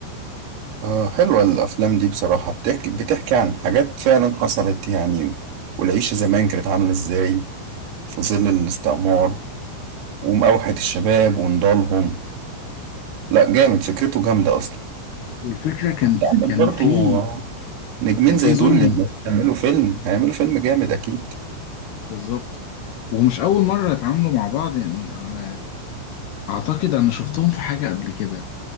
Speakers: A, on the right (about 85°); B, on the left (about 70°).
A: آه حلوة الأفلام دي بصراحة بتحكي بتحكي عن حاجات فعلا حصلت يعني و- والعيشة زمان كانت عاملة إزاي في ظل الاستعمار ومأوحة الشباب ونضالهم لا جامد فكرته جامدة أصلا
B: والفكرة كان
A: وأنت
B: في
A: عندك
B: كان
A: برضو
B: في
A: نجمين
B: كان
A: زي
B: في ظلم
A: دول لما يعملوا فيلم هيعملوا فيلم جامد أكيد
B: بالظبط ومش أول مرة يتعاملوا مع بعض يعني على- أعتقد أنا شفتهم في حاجة قبل كده